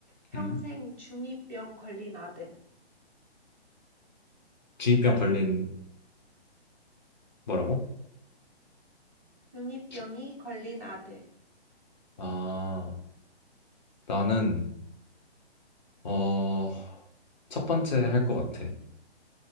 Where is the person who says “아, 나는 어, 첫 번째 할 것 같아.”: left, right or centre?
Left